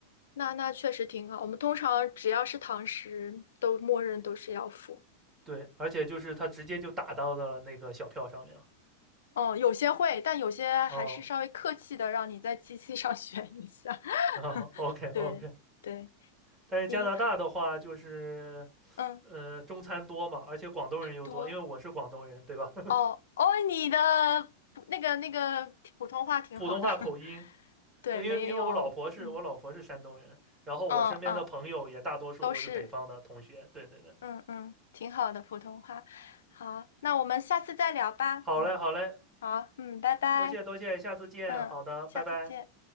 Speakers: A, on the left (about 60°); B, on the right (about 20°).
A: 那那确实挺好。我们通常只要是堂食，都默认都是要付。
B: 对，而且就是它直接就打到了那个小票上面了。
A: 哦，有些会，但有些还是稍微客气的，
B: 哦，
A: 让你在机器上 <laughs> 选一下。<laughs>
B: 后 o k OK。
A: 对对，
B: 但是加拿大的话，
A: 您
B: 就是
A: 嗯
B: 呃中餐多嘛，而且广东人又多，
A: 多。
B: 因为我是广东人，对吧？<laughs>
A: 哦哦，你的普那个那个普通话挺好的，
B: 普通话口音，
A: <laughs> 对，
B: 呃因为因为我老婆是我老婆是山东人，
A: 没有，嗯
B: 然后我身边的朋友也大多数都是北方的同学。
A: 嗯嗯，都是，
B: 对对对，
A: 嗯嗯，挺好的普通话。好，那我们下次再聊吧。
B: 好嘞好嘞，
A: 嗯，好，嗯，拜拜，
B: 多谢多谢，下次见。
A: 嗯，
B: 好的，
A: 下次见。
B: 拜拜。